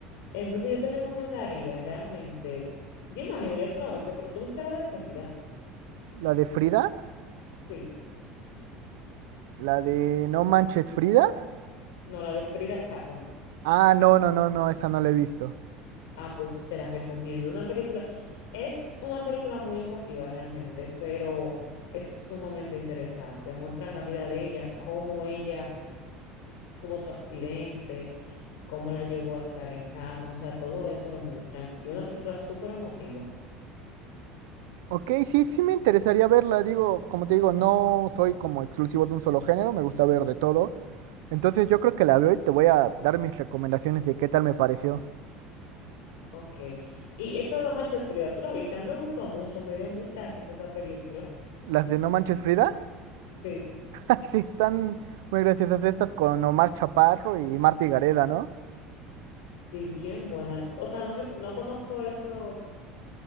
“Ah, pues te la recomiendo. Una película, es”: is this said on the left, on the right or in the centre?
Left